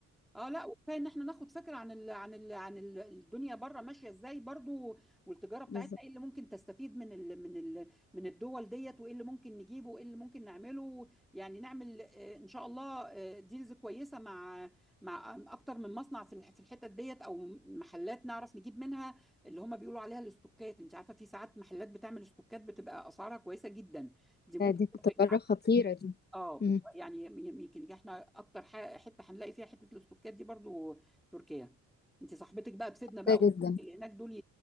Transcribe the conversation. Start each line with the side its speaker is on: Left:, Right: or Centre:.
Centre: اه لا وكفايه ان احنا ناخد فكره عن ال عن ال عن ال الدنيا بره ماشيه ازاي برضو والتجاره بتاعتنا
Left: بالظبط
Centre: ايه اللي ممكن تستفيد من ال من ال من الدول ديت وايه اللي ممكن نجيبه وايه اللي ممكن نعمله يعني نعمل آه، ان شاء الله ديلز كويسه مع مع اكتر من مصنع في الح- في الحتت ديت او محلات نعرف نجيب منها اللي هم بيقولوا عليها الاستوكات انت عارفه في ساعات محلات بتعمل استوكات بتبقى اسعارها كويسه جدا دي ممكن
Left: آه، دي تجربة
Centre: تفرق
Left: خطيرة دي
Centre: اه بت...
Left: مم.
Centre: يعني يمكن احنا اكتر ح... حته هنلاقي فيها حته الاستوكات دي برضو تركيا انت صاحبتك بقى تفيدنا بقى
Left: ده جدا
Centre: وصاحبتك اللي هناك دول ي...